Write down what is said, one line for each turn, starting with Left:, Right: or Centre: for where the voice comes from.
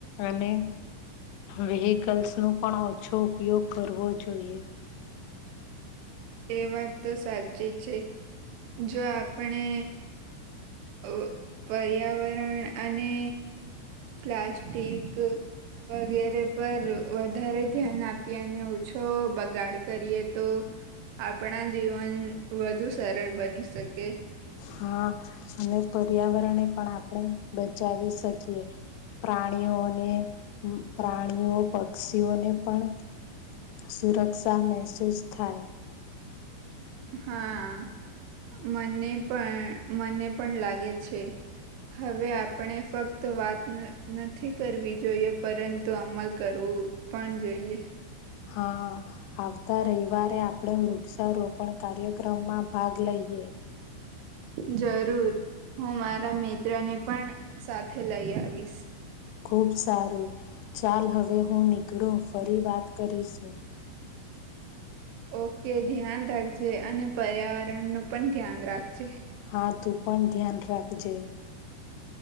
Left: અને વેહીકલ્સ નું પણ ઓછો ઉપયોગ કરવો જોઈએ.
Right: એ વાત તો સાચી છે જો આપણે અ પર્યાવરણ અને પ્લાસ્ટિક વગેરે પર વધારે ધ્યાન આપીએ અને ઓછો બગાડ કરીએ તો આપણા જીવન વધુ સરળ બની શકે.
Left: હા અને પર્યાવરણને પણ આપણે બચાવી શકીએ. પ્રાણીઓને પ્રાણીઓ પક્ષીઓને પણ સુરક્ષા મહેસૂસ થાય.
Right: હા, મને પણ મને પણ લાગે છે. હવે આપણે ફક્ત વાત ન નથી કરવી જોઈએ, પરંતુ અમલ કરવું. પણ જઈએ.
Left: હા, આવતા રવિવારે આપડે વૃક્ષ રોપણ કાર્યક્રમમાં ભાગ લઈએ.
Right: જરૂર. હું મારા મિત્ર ને પણ સાથે લઈ આવીશ.
Left: ખુબ સારું. ચાલ હવે હું નીકળું, ફરી વાત કરીશું.
Right: ઓકે ધ્યાન રાખજે અને પર્યાવરણ નું પણ ધ્યાન રાખજે.
Left: હા, તું પણ ધ્યાન રાખજે.